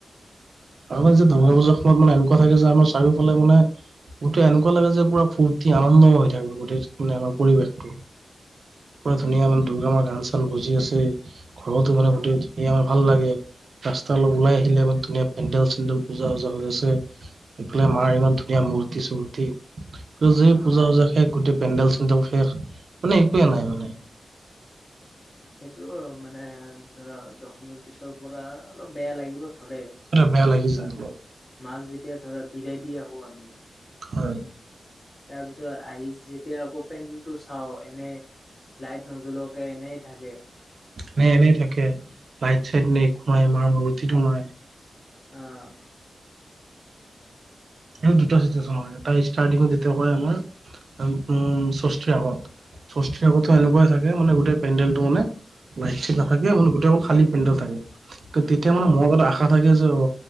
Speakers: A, on the right; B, on the left.
A: আমাৰ যে দুৰ্গা পূজাৰ সময়ত মানে এনেকুৱা থাকে যে আমাৰ চাৰিওফালে মানে গোটেই এনেকুৱা লাগে যে পুৰা ফূৰ্তি আনন্দম হৈ থাকিব গোটেই মানে আমাৰ পৰিৱেশটো পুৰা ধুনীয়া ইমান দুৰ্গামাৰ গান চান বজি আছে ঘৰতো মানে
B: অ',
A: গোটেই <unintelligible> আমাৰ ভাল লাগে। ৰাস্তা অলপ ওল আহিলে মানে ধুনীয়া পেণ্ডেল চেণ্ডেল পূজা ওজা হৈ আছে এইফালে মাৰ ইমান ধুনীয়া মূৰ্তি চূৰ্তি আৰু যে এই
B: অ',
A: পূজা পূজা শেষ গোটেই পেণ্ডেল চেডেল শেষ মানে একোৱে নাই মানে।
B: সেইটো মানে ধৰা দশমীৰ পিছৰ পৰা অলপ বেয়া লাগিব ধৰে।
A: সেইটোৱে বেয়া লাগি
B: কাৰণ
A: যায় অলপ
B: মাক যেতিয়া ধৰা বিৰাই দি আহো আমি
A: হয়।
B: তাৰ পিছত আহি যেতিয়া আকৌ পেণ্ডেল টো চাও এনে লাইট নজলোৱাকে এনেই থাকে।
A: নে এনেই থাকে লাইট চাইড নে একো নাই মাৰ মুৰ্তি টো নাই।
B: আহ।
A: এই দুটা চিচুৱেচন হয় এটা ষ্টাৰ্টিংত যেতিয়া হয় আমাৰ উম ষষ্ঠীৰ আগত। ষষ্ঠিৰ আগতো
B: অ',
A: এনেকুৱাই থাকে মানে গোট পণ্ডেলটো মানে লাইট ছাইট নাথাকে মানে গোটেই খালী পেণ্ডেল থাকে ত তেতিয়া
B: অ',
A: মানে <unintelligible> আ আশা থাকে যে অ